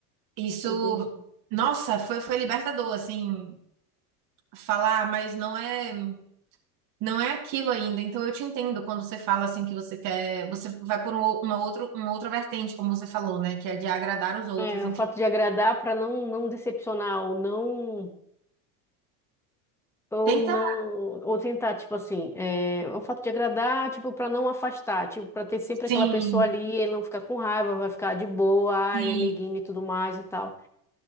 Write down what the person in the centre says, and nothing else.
entendi.
É,
o fato de agradar para não, não decepcionar ou não, ou
não, ou tentar, tipo assim, é, o fato de agradar, tipo, para não afastar, tipo, para ter sempre
aquela pessoa ali, ele não ficar com raiva, vai ficar de boa, ai,
minha amiguinha e tudo mais e tal.